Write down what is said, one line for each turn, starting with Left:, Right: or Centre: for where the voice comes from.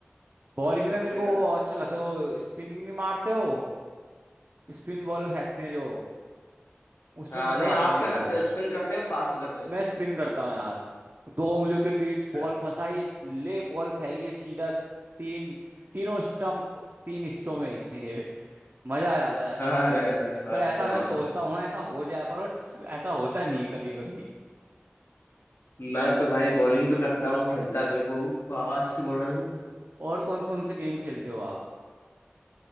Right: बॉलिंग में तो मेरे
Left: स्पिनर
Right: को अच्छा लगता है वो स्पिनिंग नहीं मारते हो स्पिन बॉल फेंकते हैं जो उसमें
Left: हाँ
Right: मजा
Left: नहीं
Right: आता
Left: आप
Right: है मेरे
Left: क्या करते
Right: को
Left: हो स्पिन करते हो फास्ट करते हो
Right: मैं स्पिन करता हूँ यार दो उंगलियों के बीच बॉल
Left: अरे
Right: फंसाई ले बॉल फेंकी है सीधा तीन तीनों स्टंप तीन हिस्सों में <laughs> मजा आ जाता है
Left: हाँ, अरे मस्त
Right: पर ऐसा
Left: है
Right: मैं सोचता
Left: मस्त है
Right: हूँ ऐसा हो जाए पर उस- ऐसा होता नहीं है कभी कभी
Left: मैं तो भाई बॉलिंग भी करता हूँ खेलता भी हूँ फास्ट बॉलर हूँ
Right: और कौन कौन से गेम खेलते हो आप